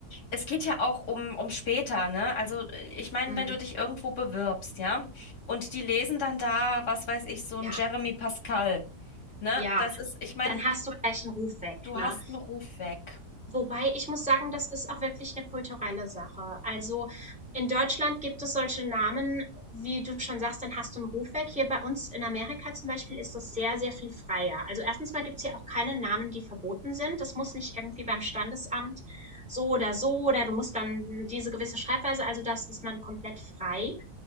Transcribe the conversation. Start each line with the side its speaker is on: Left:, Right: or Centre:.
Left: es geht ja auch um, um später, ne? Also, äh, ich meine,
Centre: mhm.
Left: wenn du dich irgendwo bewirbst, ja, und die lesen dann da, was weiß ich, so
Centre: ja,
Left: ein Jeremy Pascal, ne?
Centre: ja.
Left: Das ist, ich meine,
Centre: Dann hast du gleich einen Ruf weg,
Left: du
Centre: ne?
Left: hast einen Ruf weg.
Centre: Wobei ich muss sagen, das ist auch wirklich eine kulturelle Sache. Also, in Deutschland gibt es solche Namen, wie du schon sagst, dann hast du einen Ruf weg. Hier bei uns in Amerika zum Beispiel ist das sehr, sehr viel freier. Also, erstens mal gibt's hier auch keine Namen, die verboten sind. Das muss nicht irgendwie beim Standesamt so oder so oder du musst dann diese gewisse Schreibweise also, das ist man komplett frei.